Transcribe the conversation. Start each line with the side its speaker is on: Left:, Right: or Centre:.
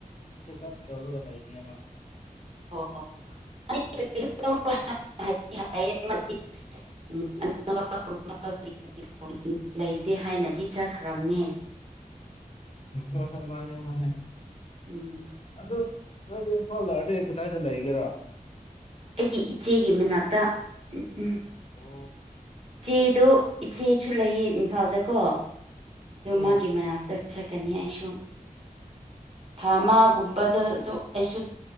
Left: ꯆꯦꯛꯀꯞ ꯇꯧꯔꯒ ꯂꯩꯕꯅꯦꯃ
Right: ꯑꯣ <unintelligible>
Left: <inaudible>
Right: <unintelligible> <unintelligible> ꯂꯩꯇꯦ ꯍꯥꯏꯅꯗꯤ ꯆꯠꯈ꯭ꯔꯝꯅꯦ
Left: ꯍꯣ ꯍꯣꯏ ꯃꯥꯅꯦ ꯃꯥꯅꯦ
Right: ꯎꯝ
Left: ꯑꯗꯨ ꯅꯪꯗꯣ ꯏꯝꯐꯥꯜ ꯂꯑꯔꯗꯤ ꯀꯗꯥꯏꯗ ꯂꯩꯒꯦꯔꯣ
Right: ꯑꯩꯒꯤ ꯏꯆꯦꯒꯤ ꯃꯅꯥꯛꯇ ꯎꯝ
Left: ꯑꯣ
Right: ꯆꯦꯗꯣ ꯏꯆꯦꯁꯨ ꯂꯩꯌꯦ ꯏꯝꯐꯥꯜꯗꯀꯣ ꯑꯗꯣ
Left: ꯎꯝ
Right: ꯃꯥꯒꯤ ꯃꯅꯥꯛꯇ ꯆꯠꯀꯅꯤ ꯑꯩꯁꯨ ꯊꯥ ꯑꯃꯒꯨꯝꯕꯗ ꯑꯗꯨ ꯑꯩꯁꯨ